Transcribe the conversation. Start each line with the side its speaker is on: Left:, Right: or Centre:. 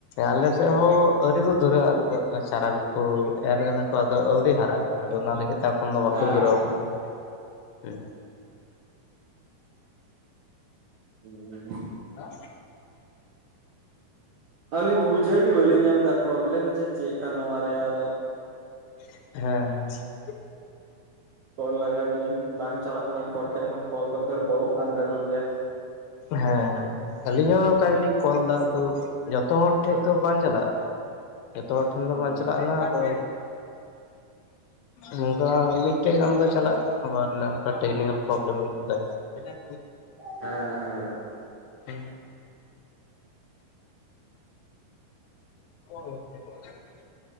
Left: ᱟᱞᱮ ᱥᱮᱫ ᱦᱚᱸ ᱟᱹᱣᱨᱤ ᱠᱚ ᱫᱷᱩᱨᱟᱹᱜᱼᱟ ᱪᱟᱨᱟ ᱠᱚᱠᱚ ᱮᱨ ᱠᱟᱫᱟ ᱠᱚ ᱟᱫᱚ ᱟᱣᱨᱤ ᱦᱟᱨᱟᱜᱼᱟ᱾ ᱟᱫᱚ ᱚᱱᱟ ᱞᱟᱹᱜᱤᱫ ᱛᱮ ᱮᱠᱷᱚᱱ ᱫᱚ
Right: ᱦᱮᱸ
Left: ᱵᱟᱠᱚ ᱫᱷᱩᱨᱟᱹᱣ ᱟᱠᱟᱱᱟ ᱦᱮᱸ᱾
Right: ᱦᱩᱸ
Left: ᱫᱟᱜᱼᱼ
Right: ᱟᱹᱞᱤᱧ ᱵᱩᱡᱷᱟᱹᱣ ᱜᱮ ᱵᱟᱹᱞᱤᱧ ᱧᱟᱢ ᱮᱫᱟ ᱯᱨᱚᱵᱽᱞᱮᱢ ᱡᱮ ᱪᱮᱫ ᱠᱟᱱᱟ ᱱᱚᱣᱟ ᱨᱮᱭᱟᱜ-ᱟ ᱫᱚ᱾
Left: ᱦᱮᱸ ᱦᱮᱸ
Right: ᱠᱚᱞ ᱞᱟᱜᱟᱭ ᱫᱟᱞᱤᱧ ᱵᱟᱝ ᱪᱟᱞᱟᱜ ᱠᱟᱱᱟ ᱚᱠᱭ ᱴᱷᱮᱡ ᱦᱚᱸ ᱠᱚᱞ ᱫᱚ ᱯᱷᱮᱨ ᱵᱚᱞᱚᱜ ᱠᱟᱱ ᱛᱟᱹᱟᱞᱤᱧ ᱜᱮᱭᱟ᱾
Left: ᱦᱮᱸ ᱦᱮᱸ ᱟᱞᱤᱧ ᱦᱚᱸ ᱚᱝᱠᱟ ᱜᱮᱞᱤᱧ ᱠᱚᱞ ᱫᱟ ᱟᱫᱚ ᱡᱚᱛᱚ ᱦᱚᱲ ᱴᱷᱮᱡ ᱫᱚ ᱵᱟᱝ ᱪᱟᱞᱟᱜ-ᱟ᱾ ᱡᱚᱛᱚ ᱦᱚᱲ ᱴᱷᱮᱱ
Right: ᱦᱩᱸ
Left: ᱫᱚ ᱵᱟᱝ ᱪᱟᱞᱟᱜ ᱠᱟᱱᱟ ᱟᱫᱚᱼᱼ ᱱᱚᱝᱠᱟ ᱢᱤᱫᱴᱮᱡ ᱜᱟᱱ ᱫᱚ ᱪᱟᱞᱟᱜ ᱠᱟᱱᱟ ᱟᱵᱟᱨᱠᱟ ᱴᱮᱠᱱᱤᱠᱮᱞ ᱯᱨᱚᱵᱞᱮᱢ ᱩᱫᱩᱜ ᱫᱟᱭ᱾ ᱮ ᱵ <unintelligible>
Right: ᱦᱮᱸ ᱦᱮᱸ
Left: ᱦᱮᱸ <inaudible> ᱵ <inaudible>